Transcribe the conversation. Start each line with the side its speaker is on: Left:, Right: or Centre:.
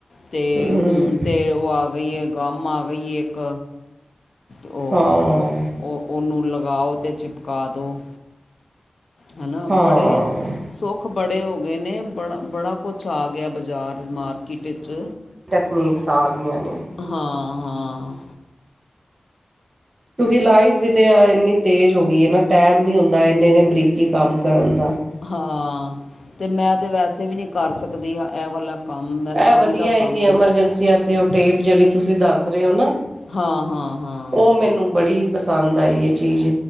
Left: ਤੇ
Right: ਹੂੰ
Left: ਹੁਣ ਤੇ ਉਹ ਆ ਗਈ ਏ, ਗਮ ਆ ਗਈ ਏ ਇੱਕ ਉਹ
Right: ਹਾਂ
Left: ਉਹ ਉਹਨੂੰ ਲਗਾਓ ਅਤੇ ਚਿਪਕਾ ਦੋ। ਹੈ ਨਾ
Right: ਹਾਂ
Left: ਬੜੇ ਸੁੱਖ ਬੜੇ ਹੋ ਗਏ ਨੇ, ਬੜਾ-ਬੜਾ ਕੁਛ ਆ ਗਿਆ ਬਾਜ਼ਾਰ ਮਾਰਕੀਟ ਵਿੱਚ।
Right: ਨਕ ਸਾ ਆ ਗਈਆਂ ਨੇ <unintelligible>
Left: ਹਾਂ-ਹਾਂ।
Right: ਕਿਉਂਕਿ ਲਾਈਫ ਵੀ ਤੇ ਇੰਨੀ ਤੇਜ਼ ਹੋ ਗਈ ਏਨਾ, ਟਾਈਮ ਨਹੀਂ ਹੁੰਦਾ ਇਨੇ-ਇਨੇ ਬਰੀਕੀ ਕੰਮ ਕਰਨ ਦਾ।
Left: ਹਾਂ ਤੇ ਮੈਂ ਤੇ ਵੈਸੇ ਵੀ ਨਹੀਂ ਕਰ ਸਕਦੀ ਇਹ ਵਾਲਾ ਕੰਮ ਮੈਂ
Right: ਇਹ
Left: ਸੂਈ
Right: ਵਧੀਆ
Left: ਦਾ
Right: ਹੈ
Left: ਕੰਮ
Right: ਕਿ ਐਮਰਜੈਂਸੀ ਵਾਸਤੇ ਉਹ ਟੇਪ ਜਿਹੜੀ ਤੁਸੀਂ ਦੱਸ ਰਹੇ ਹੋ ਨਾ,
Left: ਹਾਂ ਹਾਂ ਹਾਂ
Right: ਉਹ ਮੈਨੂੰ ਬੜੀ ਪਸੰਦ ਆਈ ਏ ਚੀਜ।